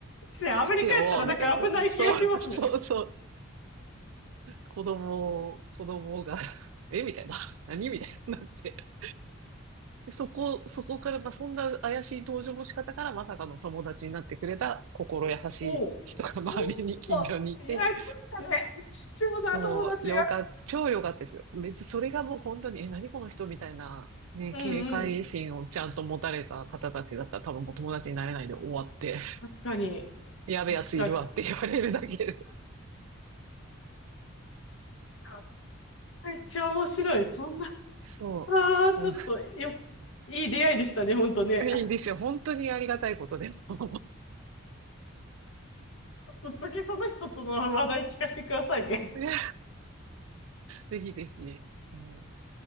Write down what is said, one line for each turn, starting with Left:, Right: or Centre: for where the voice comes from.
Left: ね、アメリカやったらなんか危ない気がしますね。
Right: <laughs> してよ、みたいな。そう、そうそう。子供、子供が <laughs> え、みたいな。何みたいになって。でそこ、そこから、まあ、そんな怪しい登場の仕方からまさかの友達になってくれた心優しい人が周りに、
Left: おお、お
Right: 近所にいて、
Left: お、いや、そうしたね。貴重な友達が。
Right: そう、よかった、超よかったですよ。めっちゃ、それがもう本当に、え、何この人みたいな、ね、
Left: うんうん。
Right: 警戒心をちゃんと持たれた方たちだったら多分もう友達になれないで終わって。
Left: 確かに。
Right: やべえやついるわって言われるだけで。
Left: 確かに。あめっちゃ面白い。そんな、
Right: そう。
Left: ああ、ちょっと、
Right: <laughs> もう
Left: よ、いい出会いでしたね、ほんとね。
Right: いいですよ。本当にありがたいことでも。
Left: ちょっと次その人との話題聞かせてくださいね。
Right: <laughs> いや、ぜひぜひ。もうん